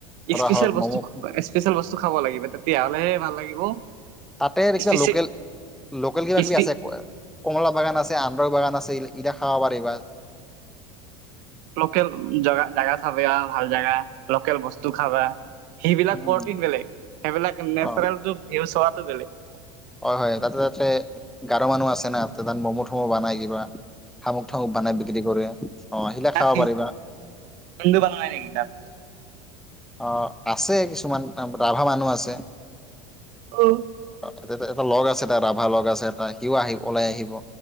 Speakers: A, in the centre; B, on the right (about 60°).
A: কৰা
B: স্পেচিয়েল
A: হওক
B: বস্তু
A: ম'ম'
B: স্পেচিয়েল বস্তু খাব লাগিব তেতিয়াহ'লেহে ভাল লাগিব।
A: তাতে ৰেকিবা
B: স্পেচিয়েল
A: লোকেল লোকেল কিবা কিবি
B: স্পি
A: আছে। কমলা বাগান আছে আন্ধ্ৰহ বাগান আছে ইতিয়া খাব পাৰি বা।
B: লোকেল জগা জেগা চাব আৰু ভাল জাগা। লোকেল বস্তু খাবা সেইবিলাক
A: উম
B: প্ৰটিন বেলেগ সেইবিলাক নেচাৰেল
A: অ
B: ভিউ চত। টো বেলেগ
A: হয় হয় তাতে তাতে গাৰ মানুহ আছে না তাতে তাত ম'ম' থম' বনাই কিবা, শামুক থামুক বানাই বিক্ৰী কৰে। অহ সেইবিলাক
B: তাত
A: খাব পাৰিবা।
B: হিন্দু বনাই নেকি তাত
A: অহ আছে কিছুমান ৰাভা মানুহ আছে।
B: অ।
A: এটা লগ আছে এটা ৰাভা লগ আছে এটা সিও আহি ওলাই আহিব